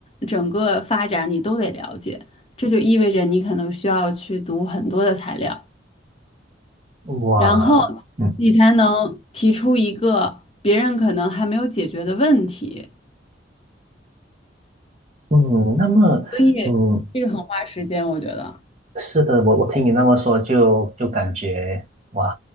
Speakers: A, on the left; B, on the right.
A: 整个发展你都得了解。这就意味着你可能需要去读很多的材料，
B: 哇。
A: 然后
B: 嗯。
A: 你才能提出一个别人可能还没有解决的问题。
B: 嗯，那么，
A: 所以这个很花时间，
B: 嗯，
A: 我觉得。
B: 是的，我我听你那么说就，就感觉哇，